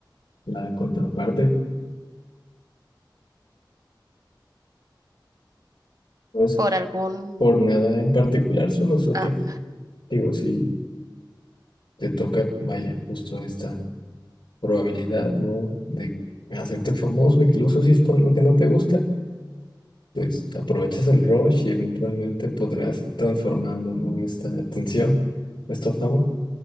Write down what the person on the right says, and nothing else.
por algún...
Ah,